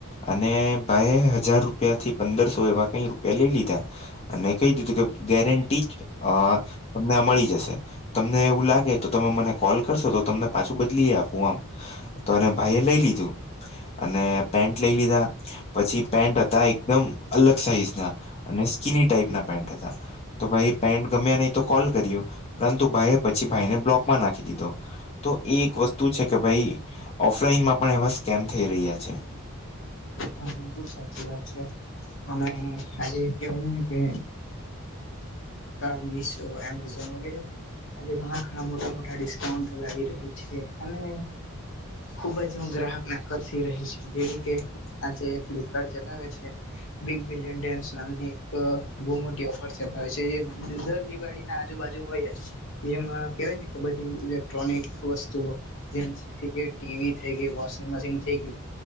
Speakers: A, on the left (about 30°); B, on the left (about 60°).
A: અને ભાઈ હજાર રૂપિયા થી પંદરસો એવા કઈ રૂપિયા લઈ લીધા. અને કહી દીધું કે ગેરેંટી જ અ તમને આ મળી જશે. તમને એવું લાગે તો તમે મને કોલ કરશો તો તમને પાછું બદલી આપું આમ. તો ભાઈ એ લઈ લીધું અને પેન્ટ લઈ લીધા. પછી પેન્ટ હતા એકદમ અલગ સાઈઝ ના અને સ્કીિની ટાઈપના પેન્ટ હતા. તો ભાઈ પેન્ટ ગમ્યા નહી તો કોલ કર્યું પરંતુ ભાઈએ પછી ભાઈને બ્લોકમાં નાખી દીધો. તો એ એક વસ્તુ છે કે ભાઈ ઓફલાઈનમાં પણ એવા સ્કેમ થઈ રહ્યા છે.
B: હા બિલકુલ સાચી વાત છે. અને આ જે કેવાય ને કે <unintelligible> તો એમઝન વગેરે. આજે ઘણા ઘણા મોટા મોટા ડિસ્કાઉન્ટ લાવ રહી છે અને ખુબ જ હું ગ્રાહકને આકર્ષી રહી છે જેવી કે આજે ફ્લિપકાર્ટ ચલાવે છે બિગ બિલિયન ડેન્સ નામની એક બહુ મોટી ઓફર છે હવે દર દિવાળી ના આજુબાજુ હોય જ. જેમાં કેવાય ને કે બધી ઇલેક્ટ્રોનિક વસ્તુઓ જેન્ટ્સ થઈ ગયા ટીવી થઈ ગઈ વોશિંગ મશીન થઈ ગયું